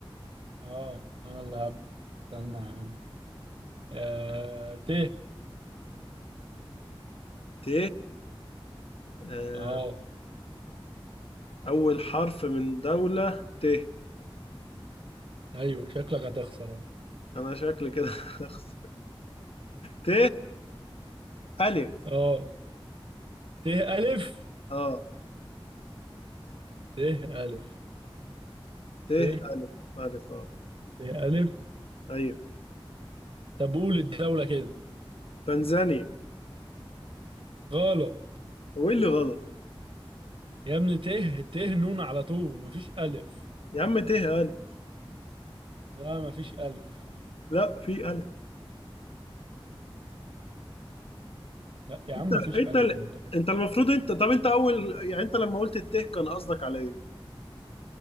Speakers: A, on the right; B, on the left.
A: اه انا اللي هب استنى يا عم آه ت
B: ت آه،
A: اه
B: اول حرف من دولة ت
A: ايوه شكلك هتخسر اهو
B: انا شكلي كده <laughs> هخسر. ت ألف
A: اه ت الف
B: اه
A: ت الف
B: ت
A: ت
B: ألف ألف أه
A: ت الف
B: أيوه
A: طب قول الدولة كده
B: تنزانيا
A: غلط
B: هو إيه اللي غلط
A: يا ابني ت ت نون على طول مفيش الف
B: يا عم ت ألف
A: لا مفيش الف
B: لا في ألف
A: لا يا عم
B: أنت
A: مفيش
B: أنت
A: الف
B: ال-
A: انا متأكد
B: أنت المفروض أنت طب أنت أول يعني أنت لما قلت الت كان قصدك على إيه؟